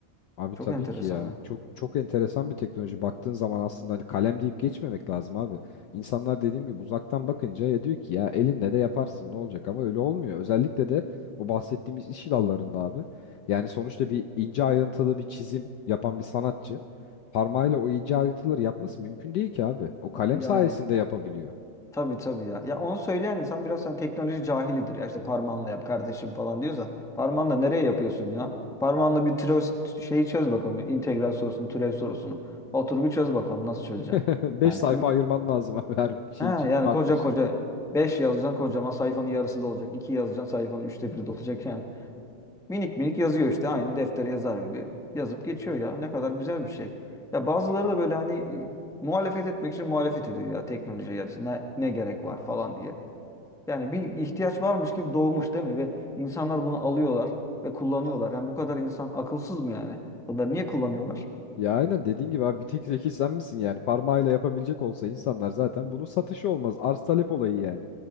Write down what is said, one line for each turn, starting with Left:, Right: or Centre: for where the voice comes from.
Left: Abi
Centre: Çok
Left: tabii
Centre: enteresan
Left: ki ya.
Centre: ha.
Left: Çok çok enteresan bir teknoloji. Baktığın zaman aslında hani kalem deyip geçmemek lazım abi. İnsanlar dediğim gibi uzaktan bakınca ya diyor ki ya elinle de yaparsın ne olacak ama öyle olmuyor. Özellikle de o bahsettiğimiz iş dallarında abi. Yani sonuçta bir ince ayrıntılı bir çizim yapan bir sanatçı parmağıyla o ince ayrıntıları yapması mümkün değil ki abi. O kalem
Centre: O- Yani
Left: sayesinde yapabiliyor.
Centre: tabii tabii ya. Ya onu söyleyen insan biraz hani teknoloji cahilidir. Ya işte parmağınla yap kardeşim falan diyorsa parmağınla nereye yapıyorsun ya? Parmağınla bir türev t- şeyi çöz bakalım. İntegral sorusunu, türev sorusunu. Otur bir çöz bakalım nasıl çözeceksin.
Left: <laughs> Beş
Centre: Yani
Left: sayfa ayırman lazım abi her
Centre: <laughs>
Left: bir şey
Centre: he, yani
Left: için, harf
Centre: koca
Left: için.
Centre: koca 5 yazacaksın kocaman sayfanın yarısı dolacak. iki yazacaksın sayfanın üçte biri dolacak yani. Minik minik yazıyor işte aynı deftere yazar gibi. Yazıp geçiyor ya. Ne kadar güzel bir şey. Ya bazıları da böyle hani e, muhalefet etmek için muhalefet ediyor ya teknoloji yani işte ne, ne gerek var falan diye. Yani bir ihtiyaç varmış gibi doğmuş değil mi? Ve insanlar bunu alıyorlar ve kullanıyorlar. Yani bu kadar insan akılsız mı yani? Bunları niye kullanıyorlar?
Left: Ya aynen dediğin gibi abi bir tek zeki sen misin yani parmağıyla yapabilecek olsa insanlar zaten bunun satışı olmaz arz talep olayı yani.